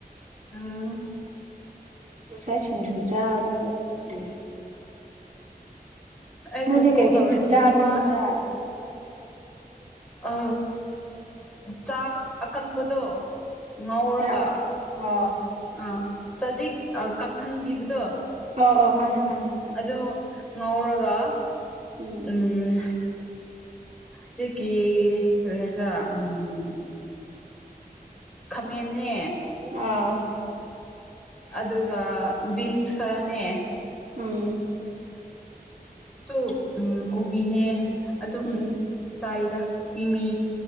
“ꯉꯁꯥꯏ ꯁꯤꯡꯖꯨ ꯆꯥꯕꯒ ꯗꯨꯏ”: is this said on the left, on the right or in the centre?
Right